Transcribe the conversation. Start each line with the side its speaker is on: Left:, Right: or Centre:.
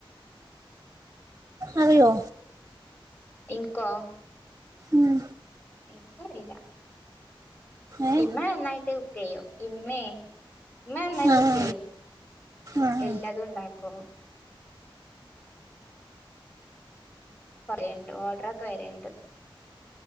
Right: അറിയോ
Left: ഇൻക്കോ
Right: ഉം
Left: ഇൻക്കറില്ല
Right: ഏഹ്
Left: ഇമ്മ നന്നായിട്ട് കുക്ക് യ്യും ഇമ്മീം ഇമ്മ നന്നായി
Right: ആഹ്
Left: കുക്ക് യ്യും
Right: ആഹ് ആഹ്
Left: എല്ലാതും ഇണ്ടാക്കും കൊറേണ്ട് ഓർഡറൊക്കെ വരേണ്ട്